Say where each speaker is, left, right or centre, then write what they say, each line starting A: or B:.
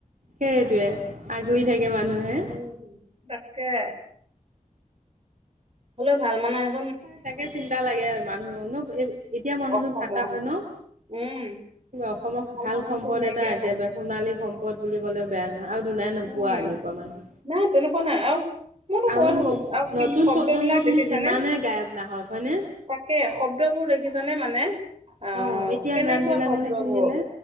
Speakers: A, on the right; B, on the right.
A: সেইটোৱে আগুৰি থাকে মানুহে
B: উম তাকে। হ'লেও ভাল মানুহ আ
A: তাকে চিন্তা লাগে মানুহ ন এতিয়া মানুহজন
B: অসমৰ
A: থাকা হয় ন
B: উম
A: অসমৰ ভাল
B: মানুহ
A: সম্পদ
B: এজন নাইকিয়া
A: এটা একেবাৰে
B: হ'ল
A: সোণালী সম্পদ। 'ত বুলি ক'লে বেয়া আৰু দুনাই নোপোৱা
B: উম
A: এনেকুৱা মানুহ
B: নাই তেনেকুৱা নাই আৰু মইতো
A: আৰু
B: কৈ থাকো
A: নু
B: আৰু কি
A: নতুন
B: শব্দ
A: প্ৰজন্ম
B: বিলাক
A: তুমি
B: দেখিছানে
A: যিমানে গায়ক নাহক হয়নে
B: তাকে শব্দবোৰ দেখিছানে মানে আহ
A: অ এতিয়া
B: কেনেকুৱা
A: গান বিলাক
B: শব্দবোৰ
A: মানে শুনিলে